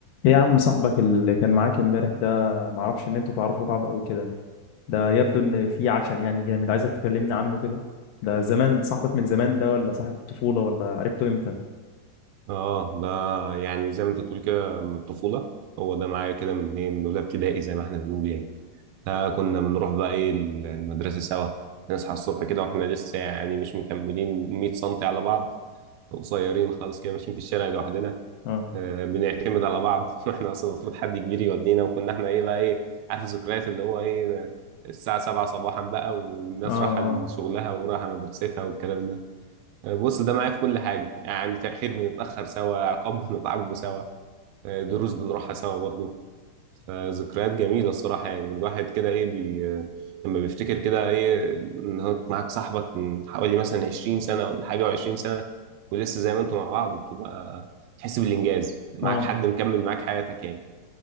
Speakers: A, on the left; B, on the right.
A: ايه يا عم صاحبك اللي كان معاك امبارح ده معرفش ان انتوا تعرفوا بعض قوي كده ده يبدو ان في عشم يعني جامد عايزك تكلمني عنه كده ده زمان صاحبك من زمان ده ولا صاحب الطفولة ولا عرفته امتى
B: اه ده يعني زي ما انت تقول كده من الطفولة هو ده معايا كده من ايه من اولى ابتدائي زي ما احنا بنقول يعني ده كنا بنروح بقى ايه ال- المدرسة سوا نصحى الصبح كده واحنا لسه يعني مش مكملين 100 سم على بعض قصيرين خالص كده ماشيين في الشارع لوحدنا
A: اه
B: آه، بنعتمد على بعض <laughs> واحنا اصلا المفروض حد كبير يودينا وكنا احنا ايه بقى ايه عارف الذكريات اللي هو ايه الساعة 7 صباحا بقى والناس
A: اه
B: رايحة
A: اه
B: لشغلها ورايحة مدرستها والكلام ده بص ده معايا في كل حاجة يعني تأخير بنتأخر سوا عقاب بنتعاقبه سوا دروس بنروحها سوا برضه فذكريات جميلة الصراحة يعني الواحد كده إيه بي... لما بيفتكر كده إيه إن هو معاك صاحبك من حوالي مثلا 20 سنة ولا حاجة و20 سنة ولسه زي ما أنتوا مع بعض بتبقى تحس بالإنجاز معاك
A: اه
B: حد مكمل معاك حياتك يعني